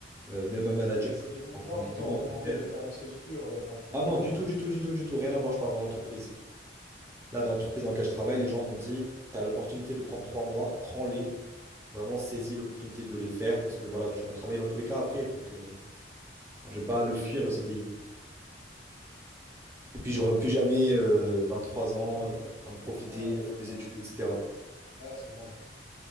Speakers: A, on the right (about 15°); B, on the left (about 75°).
A: euh, même un manager.
B: Oui, c'est
A: m'a
B: les
A: dit,
B: mêmes
A: vraiment,
B: gens
A: on me
B: qui t'ont
A: demande
B: recommandé
A: de le
B: de
A: faire.
B: faire une césure, euh, enfin, tu vois.
A: Ah non,
B: euh.
A: du tout, du tout, du tout, du tout, rien à voir, je parle dans l'entreprise. Là, dans l'entreprise dans laquelle je travaille, les gens m'ont dit, tu as l'opportunité de prendre trois mois, prends-les, vraiment saisis l'opportunité de les faire parce que voilà, tu vas travailler dans tous les cas après, donc euh, enfin, je vais pas le fuir, le CDI. Et puis, j'aurai plus jamais euh, trois ans
B: Mm,
A: euh,
B: mm,
A: en train
B: mm.
A: de profiter,
B: Ah ouais,
A: de
B: ouais.
A: faire mes
B: ouais.
A: études, etc.
B: Ah, c'est bon, j'ai compris.